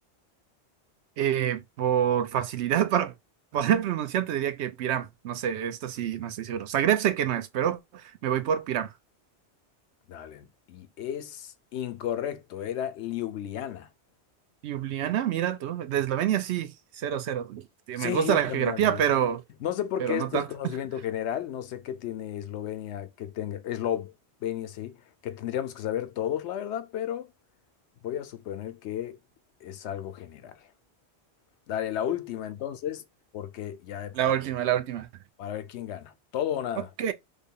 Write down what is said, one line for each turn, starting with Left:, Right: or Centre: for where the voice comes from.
Right: Eh, por facilidad <laughs> para poder pronunciar, te diría que Piram. No sé, esto sí, no estoy seguro. Zagreb sé que no es, pero me voy por Piram.
Left: Dale. Y es incorrecto, era Ljubljana.
Right: Ljubljana, mira tú. De Eslovenia sí, cero, cero. Sí,
Left: Sí,
Right: Me gusta
Left: yo
Right: la
Left: también
Right: geografía,
Left: así. ¿no?
Right: pero,
Left: No sé por
Right: pero
Left: qué esto
Right: no tanto.
Left: es conocimiento
Right: <laughs>
Left: general, no sé qué tiene Eslovenia que tenga, Eslovenia sí, que tendríamos que saber todos, la verdad, pero voy a suponer que es algo general. Dale, la última entonces, porque ya
Right: La última, la última.
Left: para ver quién gana. Todo o nada.
Right: Ok,